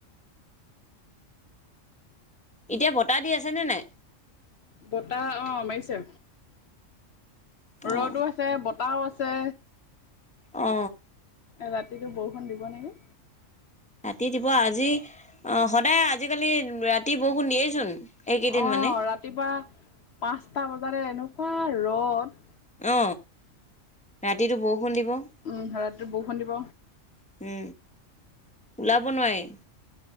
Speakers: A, in the centre; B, on the left.
A: এতিয়া বতাহ দি আছেনে নাই?
B: বতাহ অ মাৰিছে,
A: অ',
B: ৰদো আছে বত তাও আছে।
A: অ।
B: ৰাতিটো বৰষুণ দিব নেকি?
A: ৰাতি দিব আজি, অ সদায় আজিকালি ৰাতি বৰষুণ দিয়েইচোন। এইকেইদিন
B: অ
A: মানে
B: ৰাতিপুৱা পাঁচটা বজাতে এনেকুৱা ৰদ
A: অ, ৰাতিটো বহু বৰযুণ দিব উম।
B: উম ৰাতি বৰষুণ দিব।
A: ওলাব নোৱাৰি।